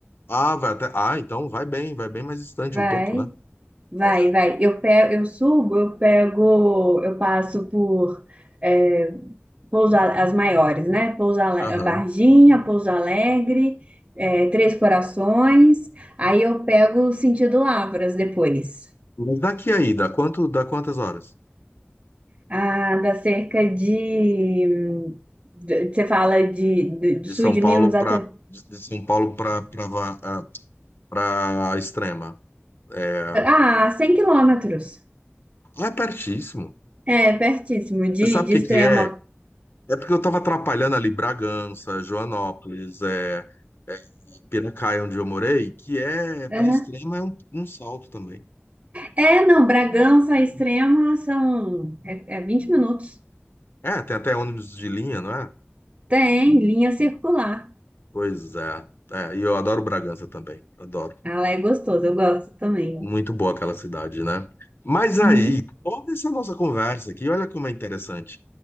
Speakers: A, on the left; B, on the right.
A: ah, vai até. Ah, então vai bem, vai bem mais distante
B: Vai.
A: um pouco, né?
B: Vai,
A: É.
B: vai. Eu pego, eu subo, eu pego, eu passo por é, Pouso Ale- as maiores, né? Pouso Ale-
A: Aham.
B: Varginha, Pouso Alegre, é, Três Corações. Aí eu pego o sentido Lavras depois.
A: Mas daqui aí, dá quanto, dá quantas horas?
B: Ah, dá cerca de, hum, de- você fala de, de- do
A: De
B: sul
A: São
B: de
A: Paulo
B: Minas
A: para
B: até
A: de de São Paulo para para para Extrema. É, ah,
B: ah, 100 quilômetros.
A: é pertíssimo.
B: É pertíssimo de,
A: Sabe
B: de
A: o que
B: Extrema.
A: que é? É porque eu estava atrapalhando ali Bragança, Joanópolis, é, é, Piracaia, onde eu morei, que é, pra
B: Ah,
A: extrema, é um, um salto também.
B: É, não, Bragança Extrema são é, é 20 minutos.
A: É, tem até ônibus de linha, não é?
B: Tem linha circular.
A: Pois é. É, e eu adoro Bragança também, adoro.
B: Ela é gostosa, eu gosto também.
A: Muito boa aquela cidade, né? Mas aí,
B: Hum.
A: toda essa nossa conversa aqui, olha como é interessante.